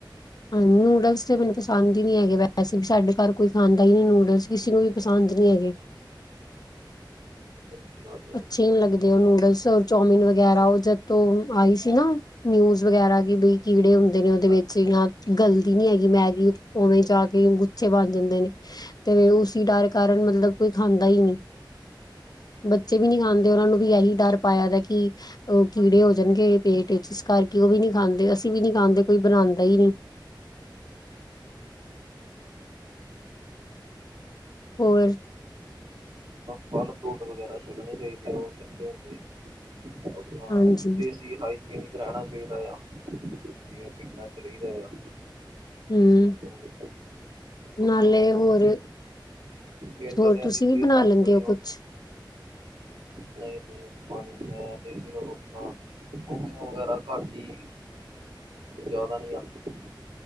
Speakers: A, on the left (about 55°); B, on the right (about 75°).
A: ਹਾਂ, ਨੂਡਲਸ ਤੇ ਮੈਨੂੰ ਪਸੰਦ ਹੀ ਨੀ ਹੈਗੇ, ਵੈਸੇ ਵੀ ਸਾਡੇ ਘਰ ਕੋਈ ਖਾਂਦਾ ਹੀ ਨੀ ਨੂਡਲਸ, ਕਿਸੇ ਨੂੰ ਵੀ ਪਸੰਦ, ਨਹੀਂ ਹੈਗੇ।
B: ਸਤਿ ਸ੍ਰੀ ਅਕਾਲ।
A: ਅੱਛੇ ਨਹੀਂ ਲੱਗਦੇ ਉਹਨੂੰ ਨੂਡਲਸ, ਚੌਮਿਨ, ਵਗੈਰਾ ਉਹ ਜਦੋਂ ਤੋਂ ਆਈ ਸੀ। ਨਾ ਜੂਸ ਵਗੈਰਾ ਕਿ ਬੀ ਕੀੜੇ ਹੁੰਦੇ ਨੇ, ਉਹਦੇ ਵਿੱਚ
B: ਹਾਂ
A: ਜਾਂ ਗਲਦੀ ਨਈ ਹੈਗੀ ਮੈਗੀ, ਉਵੇਂ ਜਾ ਕੇ ਗੁੱਛੇ ਬਣ ਜਾਂਦੇ ਨੇ ਤੇ ਉਸੀ ਡਰ ਕਾਰਨ, ਮਤਲਬ ਕੋਈ ਖਾਂਦਾ ਹੀ ਨਹੀਂ ਬੱਚੇ ਵੀ ਨਹੀਂੀ ਖਾਾਂਦੇ, ਉਹਨਾਂ ਨੂੰ ਵੀ ਇਹੀ ਡਰ ਪਾਇਆ ਦਾ, ਕਿ ਉਹ ਕੀੜੇ ਹੋ ਜਾਣਗੇ ਪੇਟ ਵਿਚ, ਇਸ ਕਰਕੇ ਉਹ ਵੀ ਨੀ ਖਾਂਦੇ, ਅਸੀਂ ਵੀ ਨੀ ਖਾਂਦੇ ਕੋਈ ਬਣਾਦੇ ਹੀ ਨਈ ਹੋਰ
B: ਫਲ ਫਰੂਟ ਵਗੈਰਾ ਛਗਣੇ ਚਾਹੀਦੇ ਆ ਉਹ ਚੰਗੇ ਹੁੰਦੇ। ਆਪਣਾ
A: ਹਾਂਜੀ
B: ਦੇਸੀ ਹਾਈਕੀਨ ਕ ਰਹਿਣਾ ਚਾਹੀਦਾ ਆ। ਜਿਵੇਂ ਪਿੰਡਾਂ ਚ ਰਹੀਦਾ ਆ।
A: ਹੂੰ,
B: ਉਹ ਆਪਣਾ
A: ਨਾਲੇ
B: ਉਹ
A: ਹੋਰ
B: ਪਿੰਡ
A: ਹੋਰ
B: ਵਾਲਿਆਂ
A: ਤੁਸੀਂ
B: ਦੀ ਸਿਹਤਾਂ
A: ਵੀ ਬਣਾ ਲੈਂਦੇ
B: ਬੜੀਆਂ
A: ਹੋ
B: ਹੁੰਦੀਆਂ
A: ਕੁਛ।
B: ਨਹੀਂ ਨਹੀਂ ਆਪਾਂ ਨੀ ਮੈਂ ਤੇ ਸਿਰਫ ਆਪਣਾ ਕੁਕਿੰਗ ਵਗੈਰਾ ਘੱਟ ਹੀ ਜਿਆਦਾ ਨਈ, ਆਲਸੀ